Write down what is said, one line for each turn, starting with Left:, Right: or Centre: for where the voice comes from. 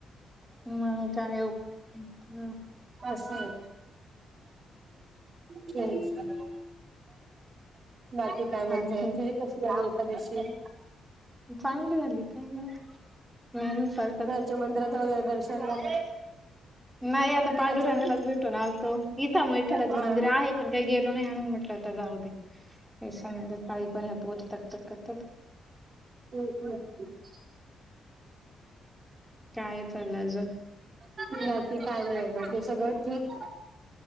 Centre: मंग काय उपयोग ना
Right: आसय तेच ना, बाकी काय म्हणताय
Centre: आणखी
Right: तुझी कशी झाली एकादशी
Centre: चांगली झाली, काय नाय, नेहमी सारखच
Right: ते मंदिरात वगैरे, दर्शन वगैरे
Centre: नाही. आता
Right: विठ्ठलाच्या
Centre: पांडुरंगालाच
Right: मन
Centre: भेटून आलतो. इथं म विठ्ठलाचं
Right: हा
Centre: मंदिर आहे. पण काय गेलो नाय आम्ही म ते आता जाऊ दे, ते संध्याकाळी पण ह्या पोरी तकतक करतात.
Right: तुम्ही <unintelligible>
Centre: काय चाललं अजून
Right: <unintelligible> बाकी काय, नाय बाकी सगळं ठीक